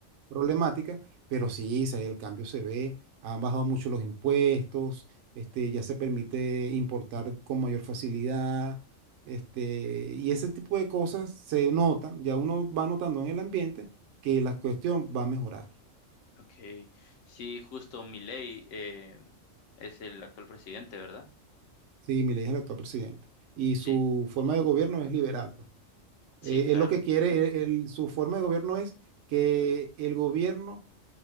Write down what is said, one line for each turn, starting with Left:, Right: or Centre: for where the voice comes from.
Right: problemática, pero sí, sí, el cambio se ve. Han bajado mucho los impuestos, este, ya se permite importar con mayor facilidad este, y ese tipo de cosas se notan, ya uno va notando en el ambiente que la cuestión va a mejorar.
Left: Ok. Sí, justo Milei eh, es el actual presidente, ¿verdad?
Right: Sí, Milei es el actual presidente y
Left: Sí,
Right: su forma de gobierno es liberal, pues.
Left: sí,
Right: Eh,
Left: claro.
Right: él lo que quiere, él- él- su forma de gobierno es que el gobierno